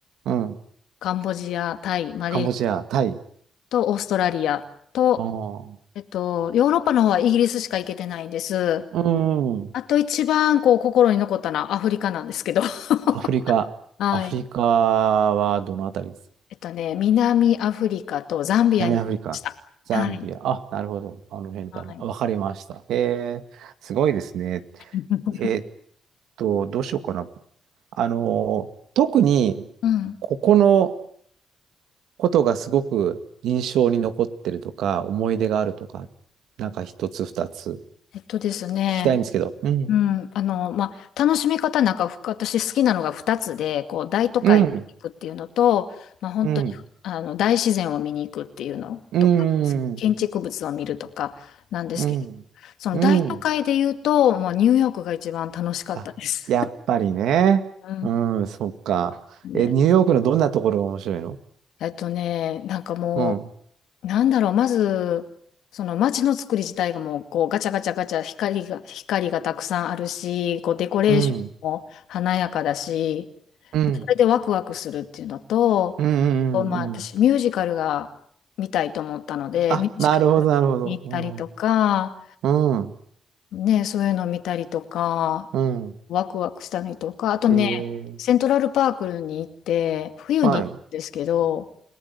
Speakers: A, on the right; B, on the left.
A: うん。
B: カンボジア、タイ、マレーシア
A: カンボジア、タイ。
B: とオーストラリアと、
A: ああ。
B: えっと、ヨーロッパの方はイギリスしか行けてないんです。
A: うん。
B: あと一番こう心に残ったのはアフリカなんですけど。<laughs>
A: アフリカ。
B: はい。
A: アフリカはどのあたりです
B: えっとね、南アフリカとザンビアに行きました。
A: 南アフリカ、ザンビア。
B: はい。
A: あ、なるほど。あの辺だね。
B: はい。
A: あわかりました。へえ、すごいですね。
B: <laughs>
A: えーっと、どうしようかな。あの、特に、
B: うん。
A: ここのことがすごく印象に残ってるとか、思い出があるとか、なんか一つ二つ聞
B: えっとですね、
A: きたいんですけど。うん。
B: うん。あの、まあ、楽しみ方なんか、ふ私好きなのが2つで、こう、大都会に行くっていうのと、
A: うん。
B: まあ、本当に、
A: うん。
B: あの、大自然を見に行くっていうのとか、
A: うん。
B: 建築物を見るとかなんですけど、
A: うん。
B: その大都会で言うと、
A: うん。
B: まあ、ニューヨークが一番楽しかったです。
A: あ、やっぱりね。
B: <laughs> うん。
A: うん、そっか。
B: <laughs> で、
A: え、ニューヨークのどんなところが面白いの
B: えっとね、なんかも
A: うん。
B: う、なんだろう、まず、その街の作り自体がもう、こう、ガチャガチャガチャ、光が、光がたくさんあるし、こう、デコレーションも華やかだし、
A: うん。うん。
B: それでワクワクするっていうのと、
A: うん。う
B: まあ、
A: ん。うんうん
B: 私、ミュージカルが見たいと思ったので、
A: あ、
B: ミュージカルに行ったりとか、
A: なるほど、なるほど。うん。うん。
B: ね、そういうの見たりとか、
A: うん
B: ワクワクしたりとか、あとね、
A: えー、
B: セントラルパークに行って、冬に行ったんですけど、
A: はい。